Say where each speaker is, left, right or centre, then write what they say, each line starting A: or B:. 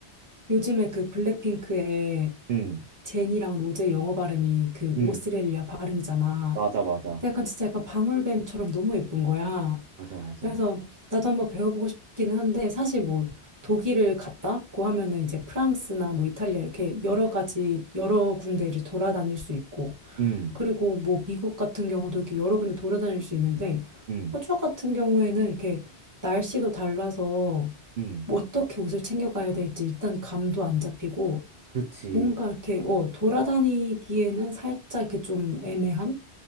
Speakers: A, on the right; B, on the right.
A: 요즘에 그 블랙핑크의
B: 음,
A: 제니랑 로제 영어 발음이 그
B: 음,
A: 오스트레일리아 발음이잖아.
B: 맞아, 맞아,
A: 근데 약간 진짜 약간 방울뱀처럼 너무 예쁜 거야.
B: 맞아, 맞아,
A: 그래서 나도 한번 배워보고 싶긴 한데 사실 뭐 독일을 갔다 왔고 하면은 이제 프랑스나 뭐 이탈리아 이렇게 여러 가지 여러 군데를 돌아다닐 수 있고
B: 음,
A: 그리고 뭐 미국 같은 경우도 이렇게 여러 군데 돌아다닐 수 있는데
B: 음,
A: 호주 같은 경우에는 이렇게 날씨도 달라서
B: 음,
A: 뭐 어떻게 옷을 챙겨가야 될지 일단 감도 안 잡히고
B: 그치,
A: 뭔가 이렇게 어 돌아다니기에는 살짝 이렇게 좀 애매한